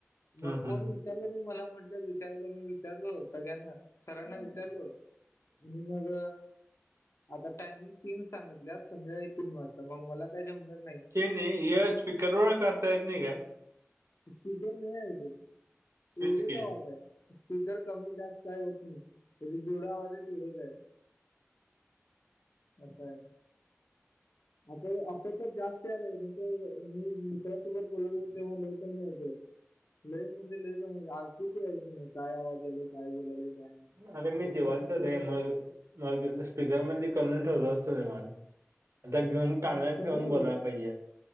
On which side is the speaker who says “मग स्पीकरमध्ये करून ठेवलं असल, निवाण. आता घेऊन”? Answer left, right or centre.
Right